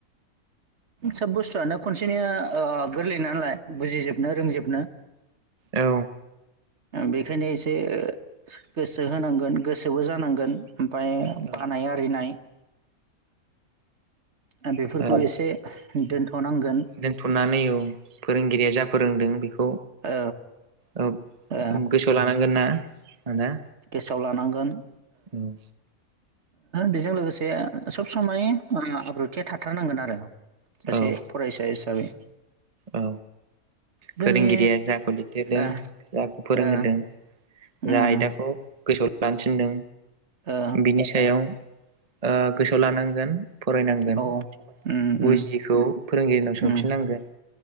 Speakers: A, on the right (about 50°); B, on the right (about 30°).
A: सोब बुस्थुआनो खनसेनि ओ गोरलै नालाय बुजिजोबनो रोंजोबनो
B: औ
A: बेखायनो एसे गोसो होनांगोन गोसोबो जानांगोन। ओमफाय
B: औ
A: बानाय आरिनाय ओ बेफोरखौ
B: औ
A: एसे दोनथ'नांगोन
B: दोनथ'नानै औ फोरोंगिरिया जा फोरोंदों बेखौ
A: ओ
B: औ
A: ओ
B: गोसोआव लानांगोन ना आदा
A: गोसोआव लानांगोन
B: औ
A: बेजों लोगोसे सब समाय आब्रुथिया थाथारनांगोन आरो सासे
B: औ
A: फरायसा हिसाबै
B: औ
A: जोंनि
B: फोरोंगिरिया जाखौ लिरहोदों
A: ओ
B: जाखौ फोरोंहोदों
A: ओ
B: जा
A: उम
B: आयदाखौ गोसोआव लानो थिनदों
A: ओ
B: बिनि सायाव ओ गोसोआव लानांगोन। फरायनांगोन
A: औ उम उम
B: बुजियिखौ फोरोंगिरिनाव सोंफिननांगोन।
A: उम